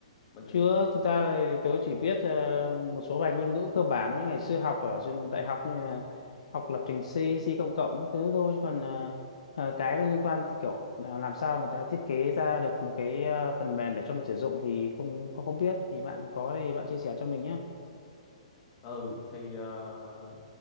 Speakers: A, on the left (about 35°); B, on the left (about 65°).
A: mình sẽ
B: chưa thực ra thì tớ chỉ biết ờ, một số vài ngôn ngữ cơ bản như ngày xưa học ở trường đại học như là học lập trình C, C cộng cộng các thứ thôi Chứ còn ờ, ờ, cái liên quan kiểu ờ, làm sao mà ta thiết kế ra được một cái ờ, phần mềm để cho mình sử dụng thì không không không biết thì bạn có đây bạn chia sẻ cho mình nhé.
A: ừ thì ờ,